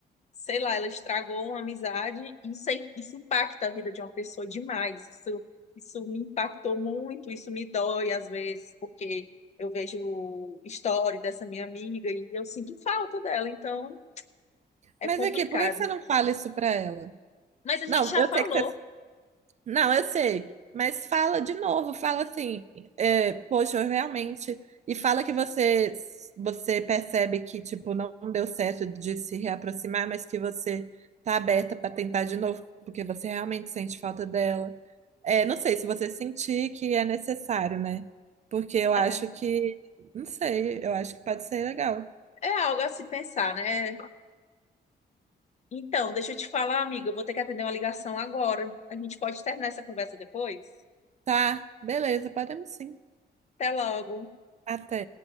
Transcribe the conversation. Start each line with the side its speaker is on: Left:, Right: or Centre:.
Left: sei lá, ela estragou uma amizade e isso, aí- isso impacta a vida de uma pessoa demais. Isso, isso me impactou muito, isso me dói às vezes, porque eu vejo história dessa minha amiga e eu sinto falta dela, então é
Right: Mas
Left: complicado.
Right: aqui, por que que você não fala isso pra ela?
Left: Mas a
Right: Não,
Left: gente já
Right: eu
Left: falou,
Right: sei que você Não, eu sei, mas fala de novo, fala assim, é, poxa, eu realmente, e fala que você você percebe que tipo não deu certo de se reaproximar, mas que você tá aberta para tentar de novo, porque você realmente sente falta dela. É, não sei se você sentir que é necessário, né? Porque eu acho
Left: é,
Right: que, não sei, eu acho que pode ser legal.
Left: é algo a se pensar, né? Então, deixa eu te falar, amiga, eu vou ter que atender uma ligação agora. A gente pode terminar essa conversa depois?
Right: Tá, beleza, podemos sim.
Left: Até logo.
Right: Até.